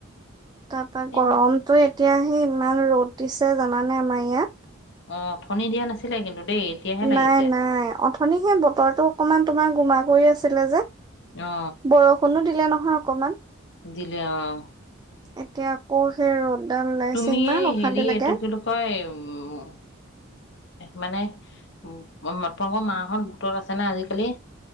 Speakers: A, on the right; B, on the left.
A: তাৰপা
B: এ
A: গৰমটো এটি এতিয়াহে ইমান ৰ'দ দিছে জানানে আমাৰ ইয়াত।
B: অহ অথনি দিয়া নাছিলে কিন্তু দেই এতিয়াহে লাগিছে
A: নাই নাই অথনি সেই বতৰটো অকনমান তোমাৰ গোমা কৰি আছিলে যে
B: অ
A: বৰষুণো দি <unintelligible> নহয় অকমান
B: দিলে অহ
A: এতিয়া আকৌ সেই ৰ'দডাল ওলাইছে
B: তুমিে
A: ইমান অশান্তি
B: হেৰি
A: লাগে
B: এইটো কি বুলি কয় উম মানে তোমখৃ মাহত গোটত আছে নে আজিকালি